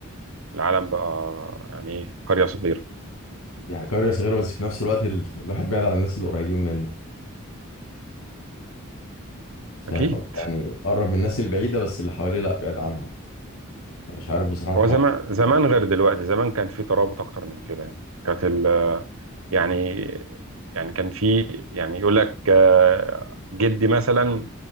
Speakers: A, on the right; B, on the left.
A: العالم بقى يعني ايه قرية صغيرة
B: يعني قرية صغيرة بس في نفس الوقت ال... الواحد بعيد عن الناس اللي قريبين منه فاهم
A: أكيد
B: قصدي؟ يعني قرب من الناس البعيدة بس اللي حواليه لا بعيد عنهم مش عارف بصراحة الحوار
A: هو زمان زمان
B: ولا
A: غير دلوقتي زمان كان في ترابط أكتر من كده يعني كانت ال يعني يعني كان في يعني يقول لك آه، جدي مثلا